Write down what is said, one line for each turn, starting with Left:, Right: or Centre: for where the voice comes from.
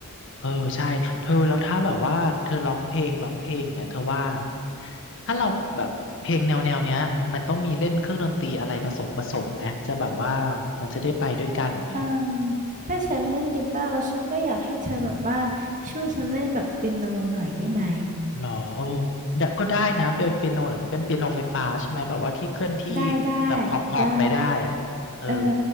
Left: เออใช่เธอแล้วถ้าแบบว่าเธอร้องเพลงร้องเพลงอย่างเงี้ยเธอว่าถ้าเราแบบเพลงแนวแนวเนี้ยมันต้องมีเล่นเครื่องดนตรีอะไรผสมผสมไหมจะแบบว่ามันจะได้ไปด้วยกันอย่างเงี้ย
Right: เอ่มถ้าฉันเล่นกีตาร์แล้วฉันก็อยากให้เธอแบบว่าช่วยฉันเล่นแบบเปียโนหน่อยได้ไหม
Left: หรอโอ้ดะก็ได้นะเป็นเปียโนหรือเป็นเปียโนไฟฟ้าใช่ไหมแบบว่าที่เคลื่อนที่
Right: ได้ได้
Left: แบบหอบหอบไปได้อะเออ
Right: ได้เออ